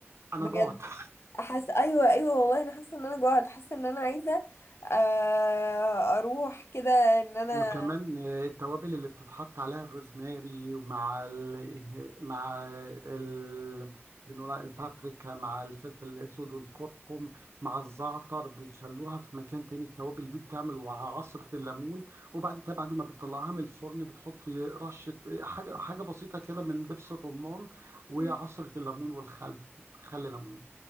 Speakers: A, on the right; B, on the left.
A: أنا
B: بجد
A: جعت <laughs>
B: احس ايوه ايوه والله انا حاسه ان انا جوعت حاسه ان انا عايزه آه، اروح كده ان انا
A: وكمان آه، التوابل اللي بتتحط عليها الروزماري ومع ال... مع ال... بنقول عليها البابريكا مع الفلفل الاسود والكركم مع الزعتر بيخلوها في مكان تاني التوابل دي بتعمل مع عصرة الليمون وبعد كده بعد ما بتطلعها من الفرن بتحط رشة حاجة حاجة بسيطة كده من دبس الرمان وعصرة
B: مم.
A: الليمون والخل خل ليمون